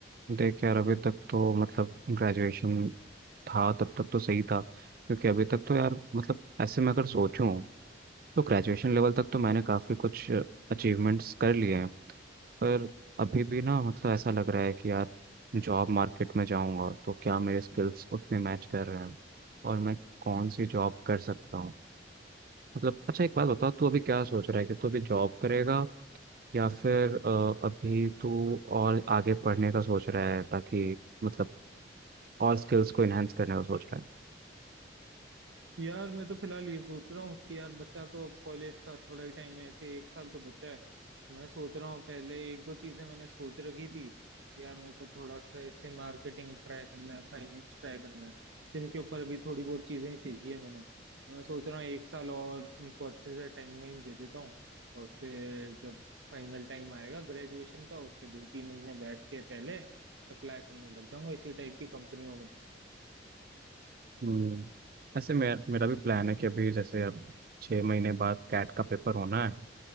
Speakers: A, on the right (about 50°); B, on the right (about 85°).
A: देख यार अभी तक तो मतलब ग्रेजुएशन था तब तक तो सही था क्योंकि अभी तक तो यार मतलब ऐसे मैं अगर सोचूं तो ग्रेजुएशन लेवल तक तो मैंने काफ़ी कुछ अचीवमेंट्स कर लिए हैं पर अभी भी ना मतलब ऐसा लग रहा है कि यार जॉब मार्केट में जाऊंगा तो क्या मेरे स्किल्स उतने मैच कर रहे हैं और मैं कौन सी जॉब कर सकता हूँ मतलब अच्छा एक बात बता तू अभी क्या सोच रहा है कि तू अभी जॉब करेगा या फिर अ, अभी तू और आगे पढ़ने का सोच रहा है ताकि मतलब और स्किल्स को इनहेंस करने का सोच रहा है
B: यार मैं तो फिलहाल ये सोच रहा हूँ कि यार बच्चा तो अब कॉलेज का थोड़ा ही टाइम है ऐसे एक साल तो बच्चा है तो मैं सोच रहा हूँ पहले एक दो चीजें मैंने सोच रखी थी कि यार मेरे को थोड़ा सा ऐसे मार्केटिंग ट्राई करना है फाइनेंस ट्राई करना है जिनके ऊपर अभी थोड़ी बहुत चीजें सीखी है मैंने तो मैं सोच रहा हूँ एक साल और उनको अच्छे से टाइम वाइम दे देता हूँ और फिर जब फाइनल टाइम आएगा ग्रेजुएशन का उसके दो तीन महीने बैठ के पहले अप्लाई करने लग जाऊंगा इसी टाइप की कंपनियों में
A: हम्म ऐसे मेरा मेरा भी प्लान है कि अभी जैसे अब छः महीने बाद कैट का पेपर होना है